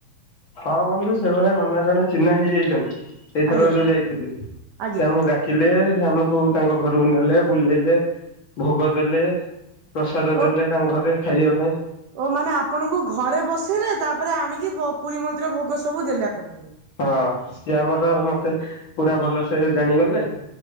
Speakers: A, on the left (about 40°); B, on the right (about 65°).
A: ହଁ ବନ୍ଧୁ ସେଇଭଳିଆ ନନା ଜଣେ ଚିହ୍ନା ହେଇଯାଇଚନ୍ତି। ଏଇଥର
B: ଆଜ୍ଞା
A: ଯୋଉ ଯାଇଥିଲି।
B: ଆଜ୍ଞା
A: ସେ ଆମକୁ ଡା କିଲେ ହେ ଆମକୁ ତାଙ୍କ ଘରୁକୁ ନେଲେ ବୁଲେଇଲେ। ଭୋଗ ଦେଲେ। ପ୍ରସାଦ ଦେଲେ
B: ଓ
A: ତାଙ୍କ ଘରେ ଖାଇବା ପାଇଁ।
B: ଓ ମାନେ ଆପଣଙ୍କୁ ଘରେ ବସେଇଲେ ତାପରେ ଆଣିକି ବ ପୁରୀ ମନ୍ଦିର ଭୋଗ ସବୁ ଦେଲେ ଆପଣଙ୍କୁ।
A: ହଁ ସିଏ ଆମର ମୋତେ ପୁରା ଭଲସେ ଜାଣିଗଲେ।